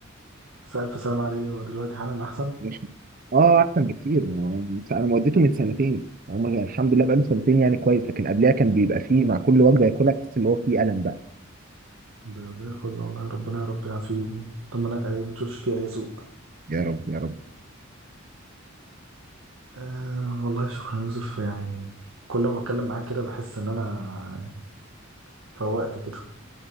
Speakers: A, on the right (about 70°); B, on the right (about 45°).
A: بس الف سلامه عليه ودلوقتي حالا احسن
B: مش اه احسن بكتير ما- انا ما وديته من سنتين هم يعني الحمد لله بقاله سنتين يعني كويس لكن قبلها كان بيبقى فيه مع كل وجبه ياكلها تحس اللي هو فيه الم بقى
A: ده زي الفل والله ربنا يا رب يعافيه ويطمنك عليه ما تشوفش فيه اي سوء
B: يا رب يا رب
A: آه والله شكرا يا يوسف يعني كل ما بتكلم معاك كده بحس ان انا فوقت كده